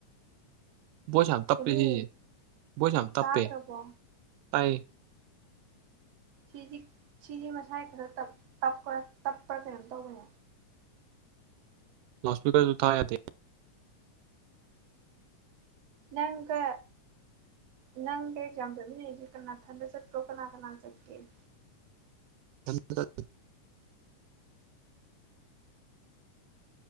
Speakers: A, on the right; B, on the right.
A: ꯣꯁꯝ ꯇꯞꯦ
B: ꯇꯨꯃꯤ
A: ꯍ ꯣꯁꯝ ꯇꯞꯄꯦ
B: ꯇꯥꯗ꯭ꯔꯕꯣ
A: ꯇꯥꯏ
B: ꯁꯤꯁꯤ ꯁꯤꯁꯤ ꯃꯁꯥꯏ ꯈꯔꯄ ꯇꯞꯄ꯭ꯔꯥ ꯀꯩꯅꯣꯝ ꯇꯧꯕꯅꯦ
A: ꯂꯣꯁꯄꯤꯀꯔꯁꯨ ꯎ ꯊꯥꯗꯤ
B: ꯅꯪꯒ ꯅꯪꯒ ꯆꯝꯖꯕꯤꯅ ꯀꯅꯥ ꯊꯟꯗ ꯆꯠꯄ꯭ꯔꯣ ꯀꯅꯥ ꯀꯅꯥ ꯆꯠꯀꯦ
A: ꯌꯥꯝ